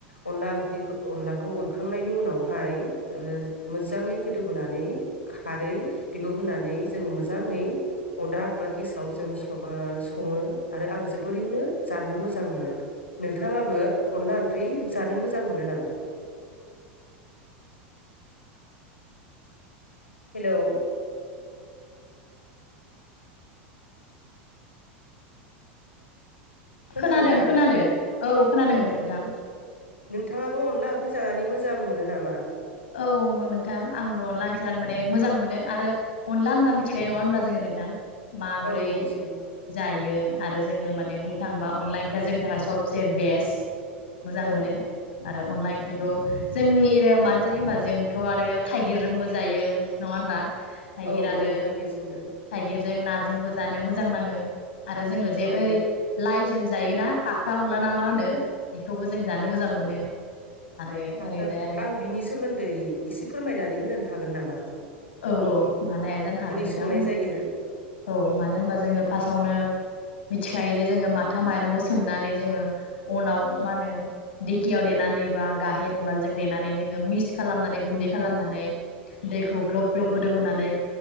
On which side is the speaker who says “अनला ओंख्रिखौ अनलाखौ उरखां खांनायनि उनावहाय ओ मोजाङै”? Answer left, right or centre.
Left